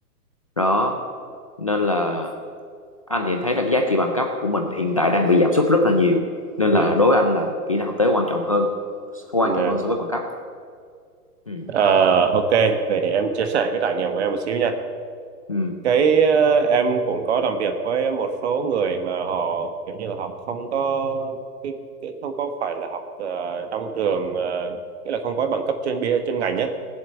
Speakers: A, on the left; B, on the right.
A: đó nên là anh thì thấy là cái giá trị bằng cấp của mình hiện tại đang bị giảm sút rất là nhiều nên
B: Ừ.
A: là đối với anh là kỹ năng thực tế quan trọng hơn quan
B: Ừ.
A: trọng hơn so với bằng cấp ừ.
B: Ờ, ok vậy để em chia sẻ cái trải nghiệm của em một xíu nha
A: ừ
B: cái ờ, em cũng có làm việc với một số người mà họ kiểu như là học không có cái, cái không có phải là học ờ, trong trường ờ, nghĩa là không có bằng cấp chuyên bia chuyên ngành nhé